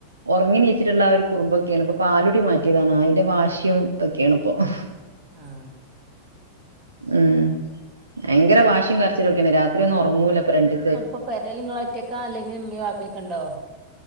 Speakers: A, on the right; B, on the right.
A: ഒറങ്ങിനീച്ചിട്ടുള്ള ആ ഒരു കുറുമ്പൊക്കെയാണ് ഇപ്പൊ പാലുടി മാറ്റിയതാണ് അയിന്റെ വാശ്യീഉം തക്കെയാണ് ഇപ്പൊ <inaudible>
B: ആഹ്
A: ഉം ഭയങ്കര വാശി കരച്ചിലോക്കേയാണ് രാത്രി ഒന്നും ഒറങ്ങൂല പ്പൊ രണ്ടി
B: അപ്പൊ പെരൽ ങ്ങള് ഒറ്റൊക്കാ അല്ലെങ്കിൽ ഉമ്മയും വാപ്പയും ക്കെ ണ്ടോ